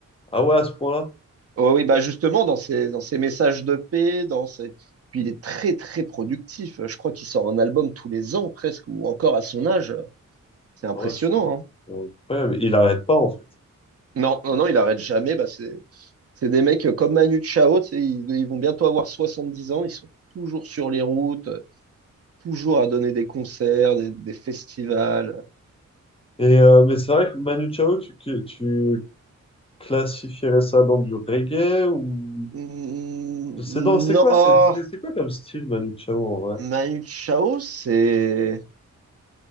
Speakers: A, on the left; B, on the right.
A: Ah ouais, à ce point-là?
B: oh oui, bah, justement, dans ses, dans ses messages de paix, dans ses, puis il est très, très productif. Je crois qu'il sort un album tous les ans, presque, ou encore à son âge. C'est impressionnant,
A: Ouais, c'est
B: hein.
A: c'est incroyable. Il arrête pas, en fait.
B: Non, non, non, il arrête jamais. Bah, c'est, C'est des mecs comme Manu Chao, tu sais, ils, ils vont bientôt avoir 70 ans, ils sont toujours sur les routes, toujours à donner des concerts, des, des festivals.
A: Et, euh, mais c'est vrai que Manu Chao, tu, tu classifierais ça dans du reggae ou...
B: Mm,
A: C'est non, c'est quoi,
B: non, ah,
A: c'est c'est- c'est quoi comme style Manu Chao en vrai,
B: Manu Chao, c'est...